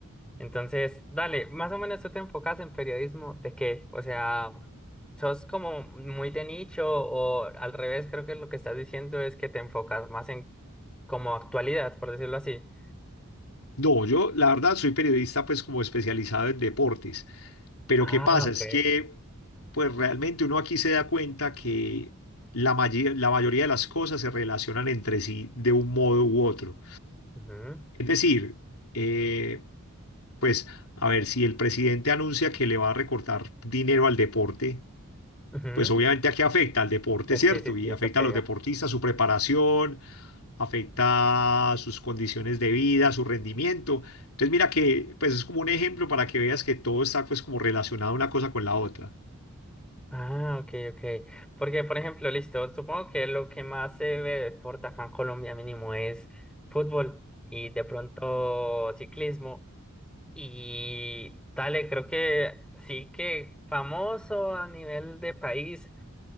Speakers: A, in the centre; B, on the left.
A: Entonces, dale, más o menos tú te enfocas en periodismo de qué? O sea, ¿sos como muy de nicho o al revés? Creo que lo que estás diciendo es que te enfocas más en como actualidad, por decirlo así.
B: No, yo la verdad soy periodista pues como especializado en deportes, pero
A: Ah,
B: ¿qué pasa?
A: ok.
B: Es que pues realmente uno aquí se da cuenta que la, maye- la mayoría de las cosas se relacionan entre sí de un modo u otro.
A: Ujú,
B: Es decir, eh, pues a ver, si el presidente anuncia que le va a recortar dinero al deporte,
A: ujú.
B: pues obviamente aquí afecta al deporte,
A: Eh,
B: ¿cierto?
A: Sí, sí,
B: Y
A: sí, eso
B: afecta
A: pega.
B: a los deportistas, su preparación, afecta sus condiciones de vida, su rendimiento. Entonces mira que pues es como un ejemplo para que veas que todo está pues como relacionado una cosa con la otra.
A: Ah, ok, ok. Porque, por ejemplo, listo, supongo que lo que más se ve de deporte acá en Colombia mínimo es fútbol y de pronto ciclismo. Y dale, creo que sí que famoso a nivel de país,